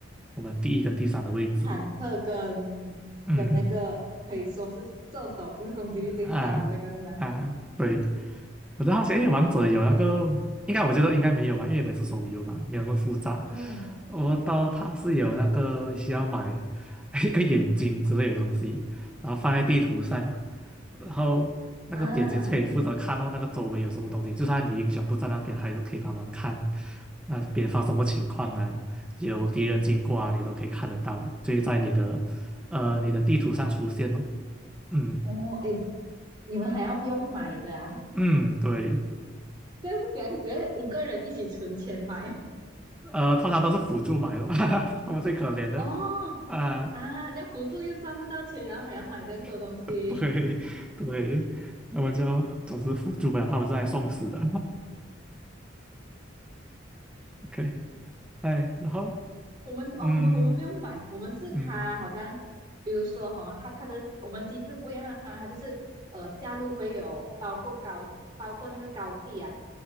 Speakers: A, in the centre; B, on the right.
A: 我们第一跟第三的位置。
B: 坦克跟跟那个可以说是射手，
A: 嗯
B: 就是攻击力最高的那个是吧？
A: 啊啊，
B: 嗯
A: 对，我就好奇，因为王者有那个，应该我觉得应该没有吧，因为你们是手游嘛，没有那么复杂。
B: 嗯
A: 我到它是有那个需要买 <laughs> 一个眼睛之类的东西，然后放在地图上，然后那个眼睛可以负责看到那个周围有什么东西，
B: 啊
A: 就算你英雄不在那边，还是可以帮忙看那边发生什么情况啊，有敌人经过啊，你都可以看得到，就会在你的呃你的地图上出现哦。嗯，
B: 哦诶，你们还要用买的啊？
A: 嗯，对，
B: 这样是怎样？直接五个人一起存钱买
A: 呃，通常都是辅助买的，<laughs> 他们最可怜的
B: 哦啊，
A: 啊，
B: 这样辅助又赚不到钱，然后还要买这样多东西
A: <laughs> 对对，他们就总是辅助买了，他们是来送死的。<laughs> OK，哎，然后
B: 我们哦，
A: 嗯
B: 我们我们不用买，我们是他好像，
A: 嗯
B: 比如说哈、他他的我们机制不一样啊，它就是呃下路会有包括高包括那个高地啊，